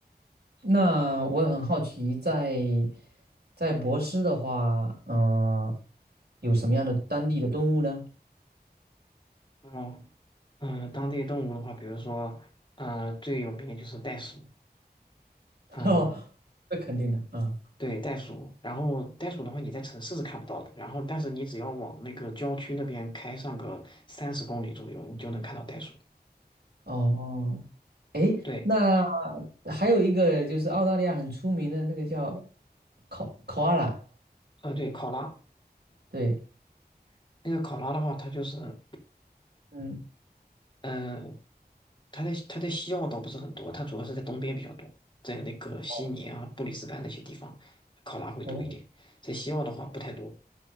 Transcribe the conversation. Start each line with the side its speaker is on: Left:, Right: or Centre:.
Right: 那我也很好奇在，在博斯的话，嗯、有什么样的当地的动物呢？
Left: 哦，嗯，当地动物的话，比如说，嗯、最有名的就是袋鼠，
Right: <laughs>
Left: 嗯，
Right: 哦，这肯定的啊。
Left: 对，袋鼠。然后袋鼠的话，你在城市是看不到的，然后但是你只要往那个郊区那边开上个三十公里左右，你就能看到袋鼠。
Right: 哦，
Left: 对，
Right: 那还有一个就是澳大利亚很出名的那个叫考考阿拉，
Left: 呃，对，考拉，
Right: 对，
Left: <clears throat> 那个考拉的话，它就是，
Right: 嗯，
Left: 嗯、它在它在西澳倒不是很多，它主要是在东边比较多，在那个悉尼啊、
Right: 哦
Left: 布里斯班那些地方，考拉会多一点，
Right: 哦
Left: 在西澳的话不太多。